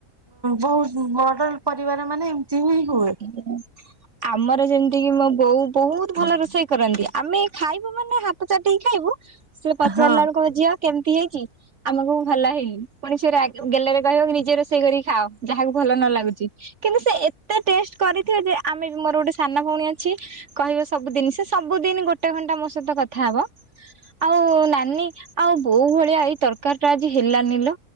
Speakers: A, on the right; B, on the right.
A: ବହୁତ ବଡ ପରିବାର ମାନେ ଏମତି ହିଁ ହୁଏ।
B: <unintelligible> ଆମର ଯେମତି କିି ମୋ ବୋଉ ବହୁତ ଭଲ ରୋଷେଇ କରନ୍ତି ଆମେ ଖାଇବୁ ମାନେ ହା ହାତଚାଟିକି ଖାଇବୁ। ସେ ପଚାରିଲା
A: ହଁ
B: ବେଳକୁ ଝିଅ କେମିତି ହେଇଛି? ଆମେ କହିବୁ ଭଲ ହେଇନି ପୁଣି ରାଗି ସେ ଗେଲରେ କହିବ କି ନିଜ ରୋଷେଇ କରିକି ଖାଅ। ଯାହାକୁ ଭଲ ନ ଲାଗୁଛି। କିନ୍ତୁ ସେ ଏ ଏତେ ଟେଷ୍ଟ କରିଥିବ ଯେ ଆମେ ମୋର ଗୋଟେ ସାନ ଭଉଣୀ ଅଛି। କହିବ ସବୁଦିନ ସେ ସବୁଦିନ ଗୋଟେ ଘଣ୍ଟା ମୋ ସହିତ କଥା ହବ। ଆଉ ନାନୀ ଆଉ ବୋଉ ଭଳିଆ ଏଇ ତରକାରୀ ଟା ଆଜି ହେଲାନିିଲ।